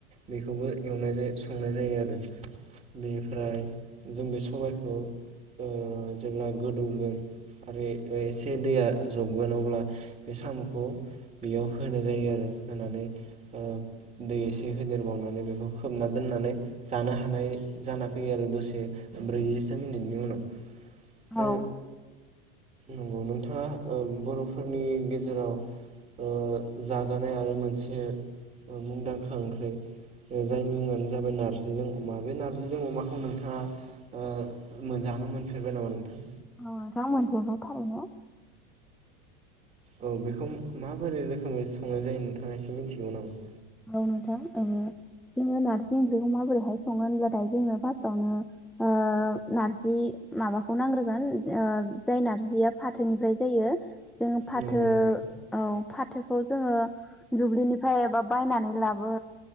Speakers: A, on the right; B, in the centre.
A: बेखौबो एवनाय जायो संनाय जायो आरो बेनिफ्राय जों बे सबायखौ ओ जेब्ला गोदौगोन आरो एसे दैया जबगोन अब्ला बे साम'खौ बेयाव होनाय जायो आरो होनानै ओ दै एसे होदेरबावनानै बेखौ खोबना दोननानै जानो हानाय जाना फैयो आरो दसे ब्रैजिसो मिनिटनि उनाव।
B: औ।
A: ओ नंगौ नोंथाङा ओ बर'फोरनि गेजेराव ओ जाजानाय आरो मोनसे मुंदांखा ओंख्रि जायनि मुङानो जाबाय नार्जिजों बे नारजिजों अमाखौ नोंथाङा <unintelligible> फेरबाय नामा नोंथां।
B: <unintelligible>
A: औ बेखौ माबोरै रोखोमै संनाय जायो नोंथाङा एसे मिथिगौ नामा।
B: औ नोंथां ओ जोङो नारजि ओंख्रिखौ माबोरैहाय सङो होनब्लाथाय जोंङो फार्स्टावनो ओ नारजि माबाखौ नांग्रोगोन ओ जाय नारजिया फाथोनिफ्राय जायो। जों फाथो
A: नंगौ नंगौ
B: औ फाथो। खौ जोङो जुब्लिनिफ्राय एबा बायनानै लाबो